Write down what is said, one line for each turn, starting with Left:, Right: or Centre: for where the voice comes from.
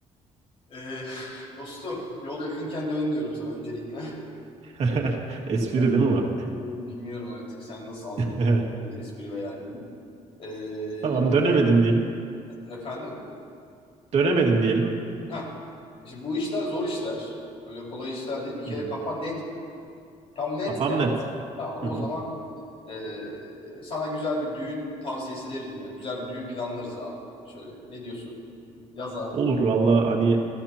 Left: Ee, <laughs> dostum yol yakınken dön diyorum sana öncelikle.
Right: <laughs> Espri
Left: Ben
Right: değil mi bu?
Left: e, bilmiyorum artık sen nasıl algılıyorsun
Right: <laughs>
Left: algıla espri veya değil. Ee,
Right: Tamam
Left: ya-
Right: dönemedim diyelim.
Left: efendim?
Right: Dönemedim diyelim.
Left: Ha. Şimdi bu işler zor işler. Öyle kolay işler değil. Bir kere
Right: Hı hı.
Left: kafan net mi? Tam netse
Right: Kafam net.
Left: tamam
Right: Hı
Left: o
Right: hı.
Left: zaman e, sana güzel bir düğün tavsiyesi veririm yani. Güzel bir düğün planlarız abi. Şöyle. Ne diyorsun? Yaza.
Right: Olur valla hani